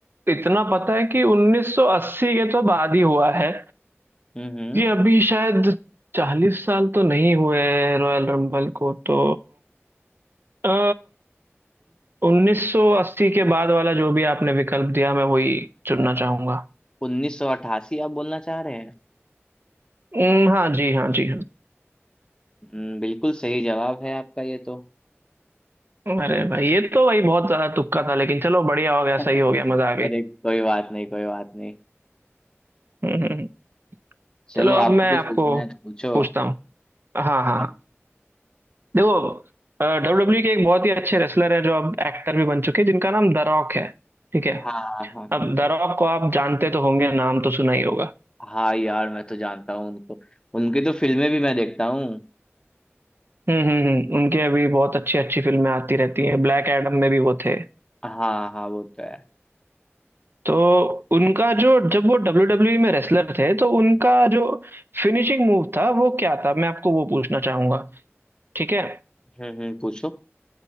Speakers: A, on the right; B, on the left.
A: इतना पता है कि 1980 के तो बाद ही हुआ है
B: हम्म
A: ये अभी शायद चालीस साल तो नहीं हुए हैं रॉयल रंबल को तो अ 1980 के बाद वाला जो भी आपने विकल्प दिया मैं वही चुनना चाहूंगा
B: उन्नीस सौ अट्ठासी आप बोलना चाह रहे हैं
A: हम्म, हाँ जी हाँ जी
B: हम्म, बिल्कुल सही जवाब है आपका ये तो
A: अरे भाई ये तो भाई बहुत ज्यादा तुक्का था लेकिन चलो बढ़िया हो गया
B: <laughs>
A: सही हो गया मजा आ गई
B: अरे कोई बात नहीं कोई बात नहीं
A: हम्म, हम्म।
B: चलो
A: चलो अब
B: आपको
A: मैं
B: कुछ
A: आपको
B: पूछना है तो पूछो
A: पूछता हूँ हाँ
B: हाँ
A: हाँ हाँ। देखो डब्ल्यू डब्ल्यू के एक बहुत ही अच्छे रेसलर हैं जो अब एक्टर भी बन चुके हैं जिनका नाम द रॉक है ठीक है
B: हाँ हाँ हाँ
A: अब द रॉक को आप जानते तो होंगे नाम तो सुना ही होगा
B: हाँ यार मैं तो जानता हूँ उनको उनकी तो फिल्में भी मैं देखता हूँ
A: हम्म हम्म हम्म। उनके अभी बहुत अच्छी अच्छी फिल्में आती रहती हैं ब्लैक एडम में भी वो थे
B: हाँ हाँ वो तो है
A: तो उनका जो जब वो डब्ल्यू डब्ल्यू में रेसलर थे तो उनका जो फिनिशिंग मूव था वो क्या था मैं आपको वो पूछना चाहूंगा ठीक है
B: हम्म हम्म पूछो